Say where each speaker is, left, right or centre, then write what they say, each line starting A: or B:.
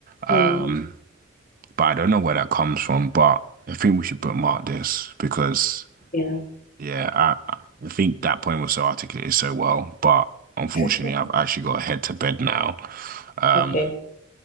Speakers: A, on the right; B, on the left.
A: Um,
B: Mm.
A: but I don't know where that comes from. But I think we should bookmark this because,
B: Yeah.
A: yeah, I, I think that point was so articulated so well. But unfortunately,
B: <laughs>
A: I've actually got to head to bed now. Um,
B: Okay.